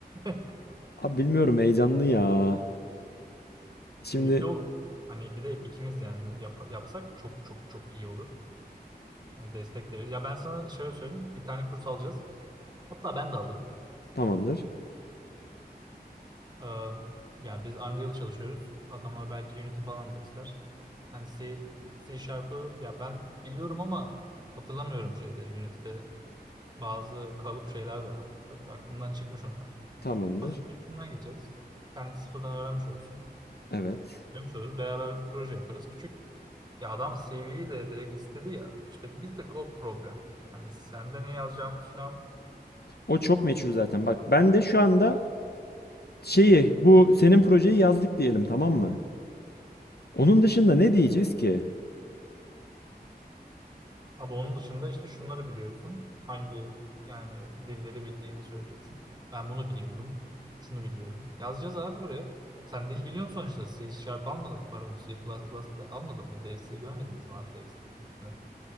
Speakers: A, on the right; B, on the left.
A: <laughs>
B: Abi bilmiyorum heyecanlı ya. Şimdi
A: Keyifli olur. Hani bir de ikimiz yani yap- yapsak çok çok çok iyi olur. Yani Destek de veririz. Ya ben sana şöyle söyleyeyim. Bir tane kurs alacağız. Hatta ben de alırım.
B: tamamdır.
A: Ee, ya biz Unreal çalışıyoruz. Adamlar belki Unity falan da ister. Hani C, C Sharp'ı ya ben biliyorum ama hatırlamıyorum şeyde Unity'de bazı kalıp şeyler de var. Çok aklımdan çıkmış onlar.
B: Tamamdır.
A: Hafif bir üstünden geçeriz. Sen de sıfırdan öğrenmiş olursun.
B: Evet.
A: Öğrenmiş oluruz. Beraber bir proje yaparız. Küçük. Ya adam CV'yi de direkt istedi ya. İşte bir tık o problem. Hani sende ne yazacağımız şu an
B: O çok meçhul zaten. Bak ben de şu anda şeyi bu senin projeyi yazdık diyelim tamam mı? Onun dışında ne diyeceğiz ki?
A: Abi onun dışında işte şunları biliyorsun. Hangi yani dilleri bildiğini söyleyeceksin. Ben bunu biliyorum. Şunu biliyorum. Yazacağız abi buraya. Sen dil biliyorsun sonuçta. C Sharp almadın pardon C++ de almadın mı? Dev C görmediniz mi artı eksi üstüne?